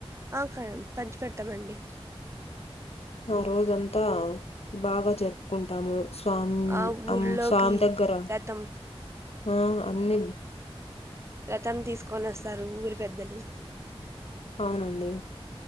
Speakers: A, on the right (about 25°); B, on the left (about 75°).
A: ఆ ఖ పంచి పెడతామండి
B: ఆ రోజంతా బాగా జరుపుకుంటాము. స్వామ్
A: ఆ ఊర్లోకి
B: అమ్ స్వామి దగ్గర
A: రథం
B: ఆ అన్ని
A: రతం తీసుకొనోస్తారు ఊరి పెద్దలు
B: అవునండి